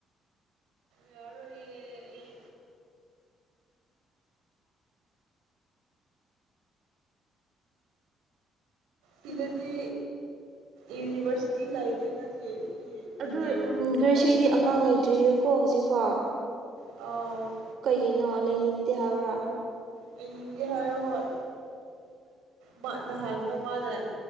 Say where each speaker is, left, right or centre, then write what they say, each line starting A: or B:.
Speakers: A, on the right (about 85°); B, on the right (about 65°).
A: ꯌꯥꯔꯣꯢꯌꯦ ꯑꯩ ꯁꯤꯗꯗꯤ ꯌꯨꯅꯤꯚꯔꯁꯤꯇꯤ ꯂꯩꯇꯦꯅ ꯁꯤ ꯁꯤ ꯅꯣꯅꯦꯔꯣꯝꯗꯗꯤꯀꯣ
B: ꯑꯗꯨ ꯒ꯭ꯔꯤꯁꯤꯗꯤ ꯑꯉꯥꯡ ꯂꯩꯇ꯭ꯔꯤꯌꯦꯀꯣ ꯍꯧꯖꯤꯛꯐꯥꯎ
A: ꯑ
B: ꯀꯩꯒꯤꯅꯣ ꯂꯩꯅꯤꯡꯗꯦ ꯍꯥꯏꯕ꯭ꯔꯥ
A: ꯂꯩꯅꯤꯡꯗꯦ ꯍꯥꯏꯔꯣ ꯍꯣꯏ ꯃꯣꯏ ꯅꯍꯥꯟꯅ ꯃꯥꯅ